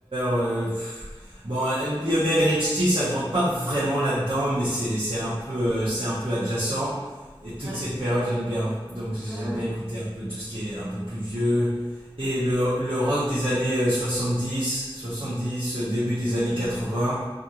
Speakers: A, on the right (about 85°); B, on the right (about 25°).
A: euh, pff. bon, euh, Lionel Richie, ça rentre pas vraiment là-dedans, mais c'est c'est un peu, euh, c'est un peu adjacent. Et toute
B: Ouais.
A: cette période, j'aime bien. Donc
B: Ouais, ouais.
A: j'aime bien écouter un peu tout ce qui est un peu plus vieux. Et le, le rock des années euh, 70, 70, euh, début des années quatre-vingts